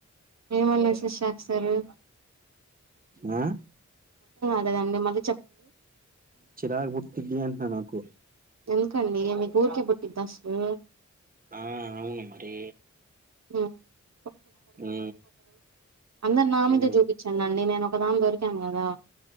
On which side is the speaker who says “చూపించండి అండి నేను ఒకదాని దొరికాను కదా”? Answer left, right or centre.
Right